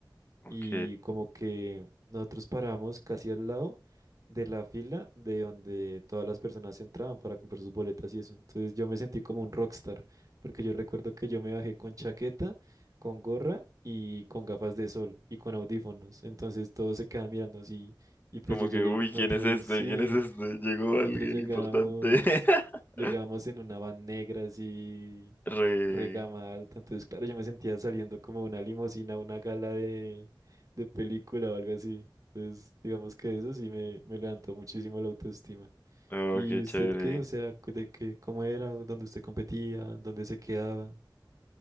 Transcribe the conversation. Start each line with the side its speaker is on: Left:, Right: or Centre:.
Left: Ok.
Right: y como que nosotros paramos casi al lado de la fila de donde todas las personas entraban para comprar sus boletas y eso. Entonces yo me sentí como un rockstar, porque yo recuerdo que yo me bajé con chaqueta, con gorra y con gafas de sol y con audífonos. Entonces todos se quedan mirando así y pues
Left: Como
Right: yo llegué,
Left: que, uy,
Right: nosotros
Left: ¿quién es este?
Right: sí.
Left: ¿Quién es este? Llegó
Right: Nosotros
Left: alguien
Right: llegamos
Left: importante. <laughs>
Right: llegamos en una van negra así,
Left: Re.
Right: regama alta. Entonces, claro, yo me sentía saliendo como de una limusina, a una gala de, de película o algo así. Entonces, digamos que eso sí me, me levantó muchísimo la autoestima.
Left: Oh,
Right: ¿Y
Left: qué
Right: usted
Left: chévere.
Right: qué? O sea, cu- de qué, cómo era, dónde usted competía, dónde se quedaba.